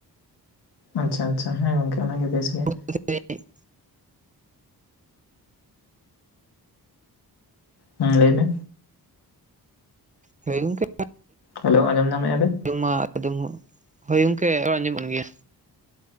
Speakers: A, on the left; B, on the right.
A: ᱟᱪᱪᱷᱟ ᱟᱪᱪᱷᱟ ᱦᱮᱸ ᱜᱚᱝᱠᱮ ᱚᱱᱟᱜᱮ ᱵᱮᱥ ᱜᱮᱭᱟ
B: <unintelligible>
A: ᱦᱮᱸ ᱞᱟᱹᱭ ᱢᱮ
B: ᱦᱳᱭ ᱜᱚᱝᱠᱮ
A: ᱦᱮᱞᱳ ᱟᱸᱡᱚᱢ ᱧᱟᱢᱮᱫ ᱟ ᱵᱮᱱ
B: ᱢᱟ ᱟᱫᱚᱢ ᱦᱳᱭ ᱜᱚᱝᱠᱮ ᱨᱚᱲ ᱟᱸᱡᱚᱢᱚᱜ ᱠᱟᱱ ᱜᱮᱭᱟ